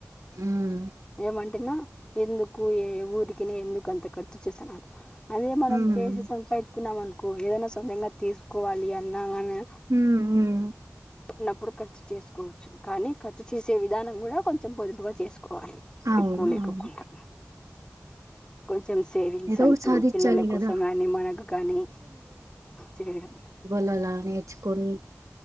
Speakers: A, on the right; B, on the left.
A: హ్మ్మ్
B: ఏమంటేన్నా ఎందుకు ఏ ఊరికినే ఎందుకు అంత ఖర్చు చేస్తున్నారు అన అదే మనం
A: హ్మ్.
B: చేసి సంపాదించుకున్నాం అనుకో ఏదైనా సవజంగా తీసుకోవాలి అన్నామని
A: హ్మ్మ్ హ్మ్
B: ఉన్నప్పుడు ఖర్చు చేసుకోవచ్చు కానీ ఖర్చు చేసే విధానం కూడా కొంచెం పొదుపుగా చేసుకో కోవాలి
A: అవును.
B: ఎక్కువ లేకొకుండా
A: అవును.
B: కొంచెం సేవింగ్స్
A: ఏదో
B: అంటూ
A: ఒకటి సాధిచ్చాలి
B: పిల్లల
A: గదా!
B: కోసం కాని మనకు కానీ చేయడం
A: లానే ని